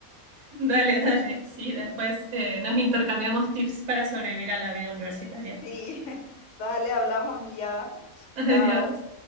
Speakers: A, on the right; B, on the left.
A: Dale, dale. Sí, después eh, nos intercambiamos tips para sobrevivir a la vida universitaria.
B: Sí, <laughs> dale, hablamos, amiga.
A: <laughs> Adiós.
B: Chao.